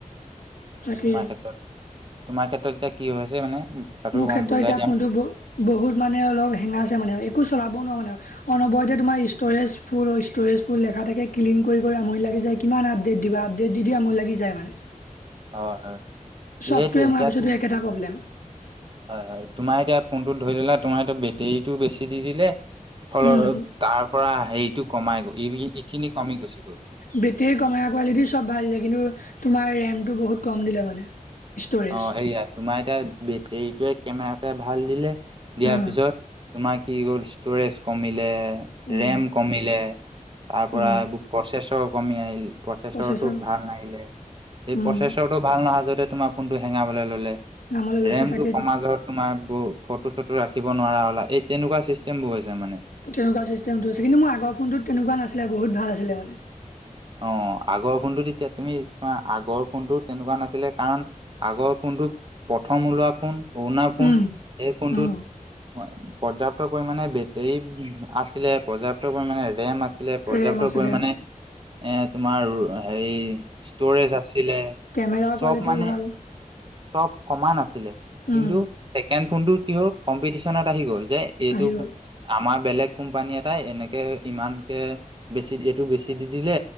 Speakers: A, on the left; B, on the right.
A: তাকেই
B: মাৰ্কেটত মাৰ্কেট এতিয়া কি হৈছে মানে? কথাটো
A: মোৰ
B: গম
A: ক্ষেত্ৰত
B: বুজাই
A: এতিয়া
B: দিয়া
A: ফোনতটো ব বহুত মানে অলপ হেঙাইছে! মানে একো চলাব নোৱাৰো মানে? অনবৰতে তোমাৰ ষ্ট'ৰেজ ফোল ষ্ট'ৰেজ ফোল দেখাই থাকে! ক্লিন কৰি কৰি আমনি লাগি যায়! কিমান আপডেট দিবা! আপডেট দি দি আমনি লাগি যায় মানে?
B: হয় হয়
A: চফটোৱেৰ
B: সেইটোৱে এতিয়া
A: মৰা পিছতো
B: তুম
A: একেটা প্ৰব্লেম!
B: হয়' হয়! তোমাৰ এতিয়া ফোনটো ধৰি ললা তোমাৰ এতিয়া বেটেৰীটো বেছি দি দিলে! ফলত
A: উম
B: তাৰ পৰা সে‌ইটো‌ কমাই ই ই খিনি কমি গুচি গল‌।
A: বেটেৰীৰ কেমেৰা কোৱালিটি চব ভাল দিলে! কিন্তু তোমাৰ ৰেমটো বহুত কম দিলে মানে? ষ্ট'ৰেজ
B: অহ' সেয়া তোমাৰ এতিয়া বেটেৰীটোৱে কেমেৰাতে ভাল দিলে! দিয়াৰ
A: উম
B: পিছত। তোমাৰ কি হ'ল ষ্টৰেজ কমিলে
A: উম
B: ৰেম কমিলে! তাৰ পৰা
A: উম
B: ব। প্ৰচেছৰ কমি আহিল! প্ৰচেছৰটো
A: প্ৰচেছৰ
B: ভাল নাহিলে? সেই
A: উম
B: প্ৰচেছৰটো। ভাল নহয় যদি ‌তোমাৰ ফোনতো হেঙাৱ ললে
A: নামলৈ লৈছে
B: ৰেমটো
A: তাকেইতো
B: কমা। তোমাৰ ব ফটো চটো ৰাখিব নোৱাৰা হ'লা! এই তেনেকুৱা চিষ্টেম বোৰ হৈছে মানে?
A: তেনেকুৱা চিষ্টেমটো থৈছে! কিন্তু মোৰ আগৰ ফোনটো তেনেকুৱা নাছিলে! বহু ভাল আছিলে মানে।
B: অহ', আগৰ ফোনটো তেতিয়া তুমি চোৱা? আগৰ ফোনটো তেনেকুৱা নাছিলে কাৰণ। আগৰ ফোনটো প্ৰথম ওলোৱা ফোন! পোৰণা ফোন
A: উম
B: সেই ফোনটোত
A: উম।
B: পৰ্যাপ্ত পৰিমাণে বেটেৰী আছিলে, পৰ্যাপ্ত পৰিমাণে ৰেম আছ আছিলে পৰ্যাপ্ত
A: ৰেম আছিলে
B: পৰিমাণে এ তোমাৰ হেৰি ষ্টৰেজ আছিলে
A: কেমেৰা
B: চব
A: কোৱালিটিও
B: মানে?
A: ভাল
B: চব সমান আছিলে, কিন্তু
A: উম
B: ছেকেণ্ড ফোনটোৰ কি হ'ল কম্পিটিচনত আহি গ'ল যে এইটো
A: আহি গ'ল
B: আমাৰ বেলেগ কোম্পানী এটাই এনেকে ইমানকে বেছি এইটো বেছি দি দিলে